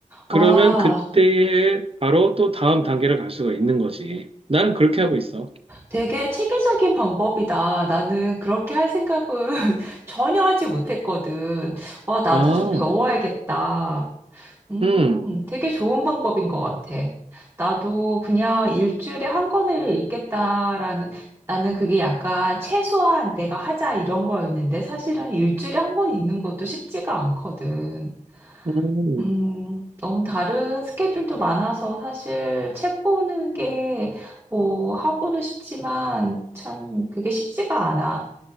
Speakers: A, on the right; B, on the right.
A: 그러면
B: 와,
A: 그때에 바로 또 다음 단계를 갈 수가 있는 거지. 나는 그렇게 하고 있어.
B: 되게 체계적인 방법이다. 나는 그렇게 할 생각은 <laughs> 전혀 하지 못했거든. 와, 나도
A: 아,
B: 좀 배워야겠다. 음,
A: 음,
B: 되게 좋은 방법인 것 같아. 나도 그냥 일주일에 한 권을 읽겠다라는, 나는 그게 약간 최소한 내가 하자 이런 거였는데 사실은 일주일에 한 권 읽는 것도 쉽지가 않거든.
A: 음,
B: 음, 너무 다른 스케줄도 많아서 사실 책 보는 게 뭐 하고는 싶지만 참 그게 쉽지가 않아.